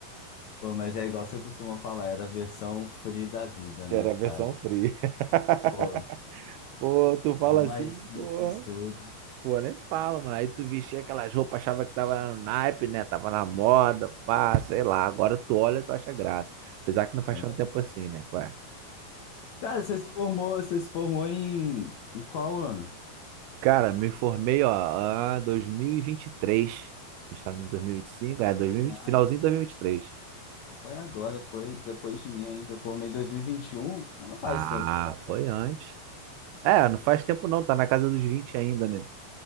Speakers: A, on the left; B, on the right.
A: Pô, mas é igual você costuma falar, era a versão free da vida, né,
B: Era a
A: cara?
B: versão free. <laughs>
A: Pô,
B: Pô, tu fala
A: tão mais
B: assim,
A: simples
B: pô.
A: tudo.
B: Pô, nem fala, mano. Aí tu vestia aquelas roupas, achava que tava no naipe, né? Tava na moda, pá, sei lá. Agora tu olha, tu acha graça. Apesar que não faz
A: né?
B: tanto tempo assim, né? Ué.
A: Cara, você se formou, você se formou em, em qual ano?
B: Cara, me formei, ó, ah, 2023. A gente tá em dois mil e e vinte e cinco, é, dois mil e
A: Ah,
B: vinte, finalzinho de 2023.
A: então foi agora, foi depois de mim ainda. Eu formei em 2021, mas não faz
B: Ah,
A: tanto tempo.
B: foi antes. É, não faz tempo não, tá na casa dos 20 ainda, né?